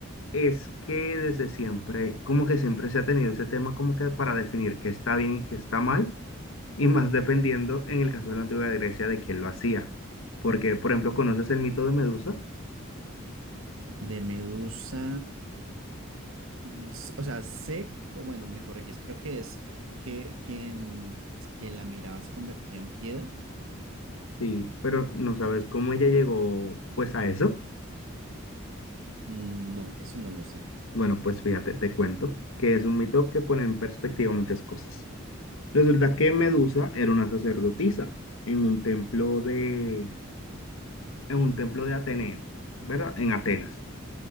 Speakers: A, on the left; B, on the right.
A: Es que desde siempre, como que siempre se ha tenido ese tema como que para definir qué está bien y qué está mal, y más dependiendo en el caso de la antigua Grecia de quién lo hacía. Porque, por ejemplo, ¿conoces el mito de Medusa?
B: De Medusa. Mm, s- O sea, sé, o bueno, me corriges, creo que es que quien, quien la miraba se convertía en piedra.
A: Sí, pero no sabes cómo ella llegó pues a eso.
B: Mm, No, eso no lo sé.
A: Bueno, pues fíjate, te cuento que es un mito que pone en perspectiva muchas cosas. Resulta que Medusa era una sacerdotisa en un templo de, en un templo de Ateneo, ¿verdad? En Atenas.